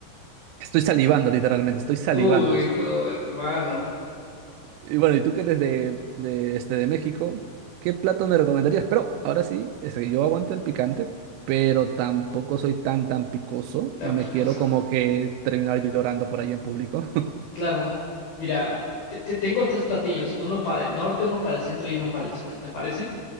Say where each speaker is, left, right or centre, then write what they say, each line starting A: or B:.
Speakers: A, on the right; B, on the left.
A: Estoy salivando, literalmente, estoy salivando
B: Uy,
A: eso.
B: no, hermano,
A: Y bueno, y tú que eres de, de, este, de México, ¿qué plato me recomendarías? Pero ahora sí, es que yo aguanto el picante, pero tampoco soy tan, tan picoso.
B: tan
A: No me
B: picoso.
A: quiero como que terminar llorando por ahí en público. <laughs>
B: Claro, mira, te, te- tengo tres platillos, uno para el norte, uno para el centro y uno para el sur, ¿te parece?